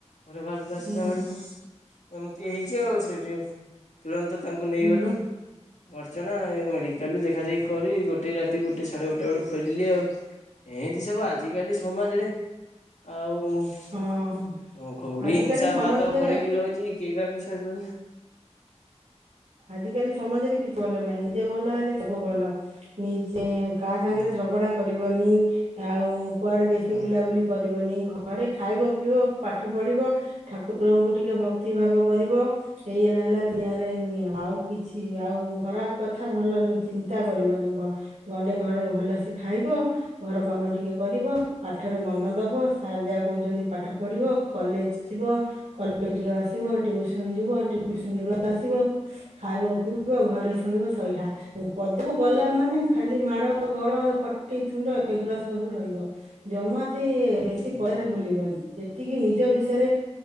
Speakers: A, on the left; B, on the right.
A: ଘର ବାହାରକୁ ଆସିଲା
B: ହୁଁ
A: ବେଳକୁ ଏମିତି ହେଇଛି ଆଉ ସେଠି ତୁରନ୍ତ ତାଙ୍କୁ ନେଇଗଲୁ
B: ହୁଁ
A: ଅର୍ଚ୍ଚନା ମେଡିକାଲ ଦେଖାଦଖି କରି ଗୋଟେ ଗୋଟେ ସାଢେ ଗୋଟେ ବେଳୁ ଫେରିଲି ଆଉ ଏମିତି ସବୁ ଆଜିକାଲି ସମାଜରେ ଆଉ
B: ହଁ
A: ଘଡି
B: ଆଜିକାଲି
A: ହିଂସା
B: ସମାଜରେ
A: ବାଦ ଭରିକି ରହିଛି। କେହି କାହାକୁ ସେବନ
B: ଆଜିକାଲି ସମାଜରେ କିଛି ଭଲ ନାହିଁ ଇଡିଆ ଭଲ ହେଲେ ସବୁ ଭଲ ନିଜେ କାହା ସାଙ୍ଗରେ
A: ହଁ
B: ଝଗଡା କରି ପିଇବନି ଆଉ କୁଆଡେ ବେଶୀ
A: ହଁ।
B: ବୁଲାବୁଲି କରିବନି ଘରେ ଖାଇବ ପିଇବ ପାଠ ପଢିବ ଠାକୁରଙ୍କୁ ଟିକେ ଭକ୍ତି ଭାବ କରିବ ଏଇଆା ହେଲା ଦୁନିଆରେ ନିୟମ ଆଉ କିଛି ଆଉ ଖରାପ କଥା ଭଲ ଚିନ୍ତା କରିବନି ଗଣ୍ଡେ ଘରେ ଭଲସେ ଖାଇବ ଘର କାମ ଟିକେ କରିବ ପାଠରେ ମନ ଦବ ସାର୍ ଯାହା କହୁଛନ୍ତି ପାଠ ପଢ଼ିବ କଲେଜ ଯିବ କଲେଜରୁୁ ଆସିବ ଟିଉସନ ଯିବ ଟିଉସନ ରୁ ଆସିବ। ଖାଇବ ପିଇବ ଘରେ ଶୋଇବ ଶୋଇଲା ପଦକୁ ଗଲା ମାନେ ଖାଲି ମାଡ଼ ଗଳ ପଟି ତୁଣ୍ଡ ଏଗୁଡା ସବୁ ରହିବ ଜମା। ସେ ବେଶୀ
A: ହଁ
B: ପରେ ବୁଲିବନି ଯେତିକି ନିଜ ଭିତରେ